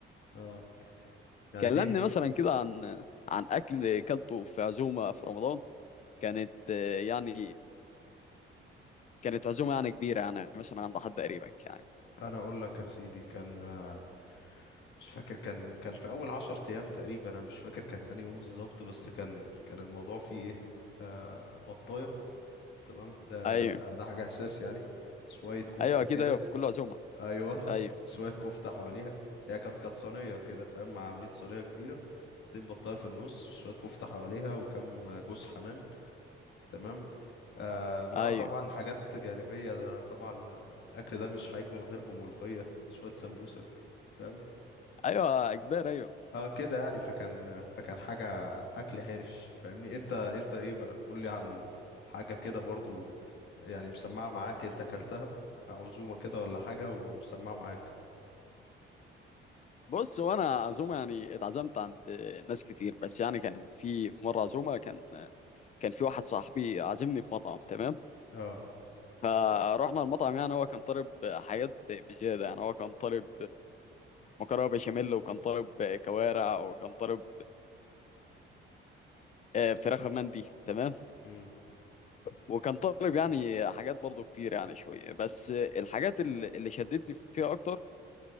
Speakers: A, on the left (about 60°); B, on the left (about 35°).
A: اه يعني
B: كلمني
A: دي
B: مثلا كده عن عن اكل كلته في عزومه في رمضان كانت آه، يعني كانت عزومه يعني كبيره يعني مثلا عند حد قريبك يعني
A: انا اقول لك يا سيدي كان آه، مش فاكر كان كان في اول عشر ايام تقريبا انا مش فاكر كان انهي يوم بالظبط بس كان كان الموضوع فيه ايه آه بطاية تمام ده
B: ايوه
A: ده ده حاجة اساس يعني شوية كفتة
B: ايوه اكيد
A: كده
B: ايوه في كل عزومه
A: ايوه
B: ايوه
A: <laughs> شوية كفتة حواليها هي كانت كانت صينية كده فاهم عاملين صينية كبيرة حاطين بطاية في النص شوية كفتة حواليها وكم جوز حمام تمام آه، مع
B: ايوه
A: طبعا حاجات جانبية ده طبعا آه، الأكل ده مش هيكمل غير بملوخية شوية سمبوسك فاهم
B: ايوه كبير ايوه
A: اه كده يعني فكان فكان حاجة أكل حرش فاهمني انت انت ايه بقى قولي عن حاجة كده برضو يعني مسمعة معاك انت أكلتها عزومة كده ولا حاجة ومسمعة معاك
B: بص وانا عزومه يعني اتعزمت عند ناس كتير بس يعني كان في في مره عزومه كان كان في واحد صاحبي عازمني في مطعم تمام
A: اه
B: فروحنا المطعم يعني هو كان طالب حاجات بزياده يعني هو كان طالب مكرونه بشاميل وكان طالب كوارع وكان طالب آه، فراخ مندي تمام
A: امم
B: وكان طالب يعني حاجات برضو كتير يعني شوية بس الحاجات اللي اللي شدتني فيها أكتر